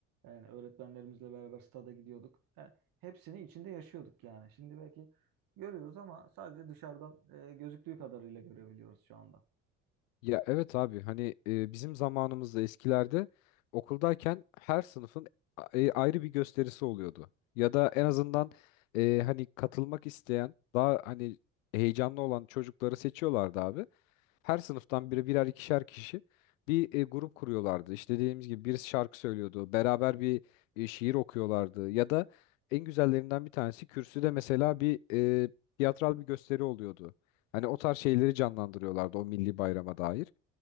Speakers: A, on the right; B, on the left.
A: Yani öğretmenlerimizle beraber stada gidiyorduk. Yani hepsini içinde yaşıyorduk yani. Şimdi belki görüyoruz ama sadece dışarıdan e, gözüktüğü kadarıyla görebiliyoruz şu anda.
B: Ya evet abi hani e, bizim zamanımızda eskilerde okuldayken her sınıfın a- e, ayrı bir gösterisi oluyordu. Ya da en azından e, hani katılmak isteyen daha hani heyecanlı olan çocukları seçiyorlardı abi. Her sınıftan biri birer ikişer kişi bir e, grup kuruyorlardı. İşte dediğimiz gibi birisi şarkı söylüyordu. Beraber bir e, şiir okuyorlardı. Ya da en güzellerinden bir tanesi kürsüde mesela bir e, tiyatral bir gösteri oluyordu. Hani o tarz şeyleri canlandırıyorlardı o milli bayrama dair.